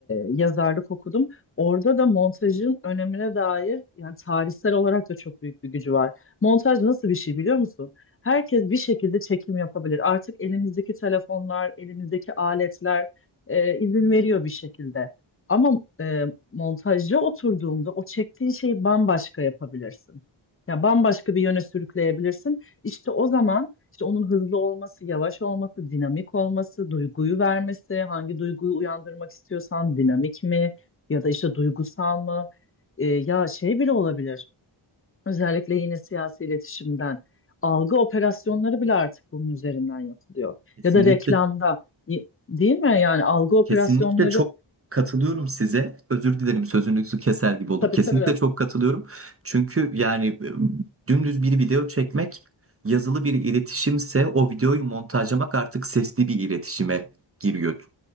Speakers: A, on the left; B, on the right.
A: yazarlık okudum. Orada da montajın önemine dair yani tarihsel olarak da çok büyük bir gücü var. Montaj nasıl bir şey biliyor musun? Herkes bir şekilde çekim yapabilir. Artık elimizdeki telefonlar, elimizdeki aletler e, izin veriyor bir şekilde. Ama e, montajcı oturduğunda o çektiğin şeyi bambaşka yapabilirsin. Yani bambaşka bir yöne sürükleyebilirsin. İşte o zaman işte onun hızlı olması, yavaş olması, dinamik olması, duyguyu vermesi, hangi duyguyu uyandırmak istiyorsan dinamik mi ya da işte duygusal mı? Ee, ya şey bile olabilir. Özellikle yine siyasi iletişimden algı operasyonları bile artık bunun üzerinden yapılıyor.
B: Kesinlikle
A: Ya da reklamda y- değil mi? Yani algı operasyonları
B: Kesinlikle çok katılıyorum size. Özür dilerim sözünüzü keser gibi oldum.
A: tabii
B: Kesinlikle
A: tabii
B: çok katılıyorum. Çünkü yani e, dümdüz bir video çekmek yazılı bir iletişimse o videoyu montajlamak artık sesli bir iletişime giriyor.